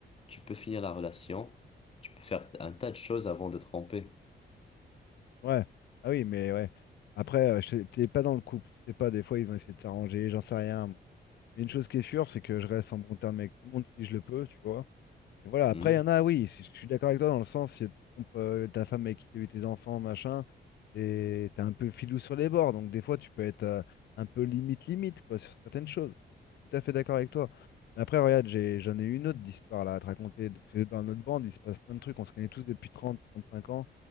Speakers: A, on the left; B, on the left.
A: tu peux finir la relation, tu peux faire un tas de choses avant de tromper.
B: Ouais. Ah oui, mais ouais. Après, euh, je t'es pas dans le couple. Tu sais pas, des fois, ils ont essayé de s'arranger, j'en sais rien. moi. Mais une chose qui est sûre, c'est que je reste en bon terme avec tout le monde si je le peux, tu vois. Et voilà, après,
A: Hmm,
B: il y en a, oui, je je suis d'accord avec toi dans le sens, si tu trompes euh, ta femme avec qui t'as eu tes enfants, machin, et t'es un peu filou sur les bords, donc des fois, tu peux être euh, un peu limite-limite, quoi, sur certaines choses. Je suis tout à fait d'accord avec toi. Mais après, regarde, j'ai, j'en ai une autre d'histoire là à te raconter. Parce que dans notre bande, il se passe plein de trucs, on se connaît tous depuis trente trente cinq ans,